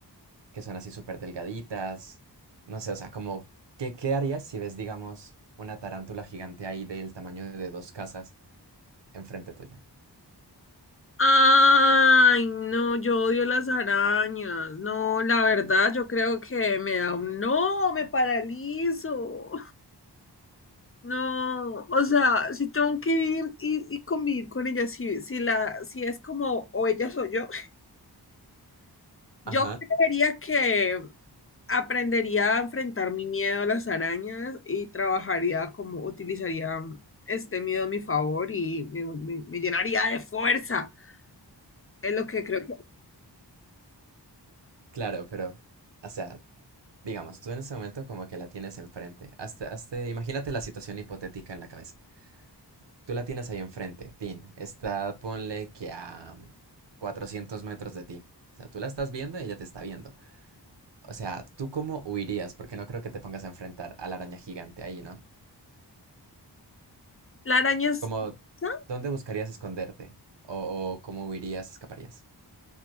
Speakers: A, on the right; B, on the left.
A: que son así súper delgaditas. No sé, o sea, como, ¿qué, qué harías si ves, digamos, una tarántula gigante ahí del tamaño de dos casas enfrente tuya?
B: Ay, no, yo odio las arañas. No, la verdad, yo creo que me da un... No, me paralizo. No, o sea, si tengo que vivir y, y convivir con ellas, si, si, la, si es como o ellas o yo, yo
A: Ajá,
B: creería que aprendería a enfrentar mi miedo a las arañas y trabajaría como utilizaría mm, este miedo a mi favor y me, me- me llenaría de fuerza. Es lo que creo que...
A: claro, pero, o sea, Digamos, tú en ese momento como que la tienes enfrente. Hasta, hasta, imagínate la situación hipotética en la cabeza. Tú la tienes ahí enfrente, Tin. Está, ponle que a 400 metros de ti. O sea, tú la estás viendo y ella te está viendo. O sea, ¿tú cómo huirías? Porque no creo que te pongas a enfrentar a la araña gigante ahí, ¿no?
B: ¿La araña es
A: Como,
B: venenosa?
A: ¿dónde buscarías esconderte? O, o cómo huirías, escaparías.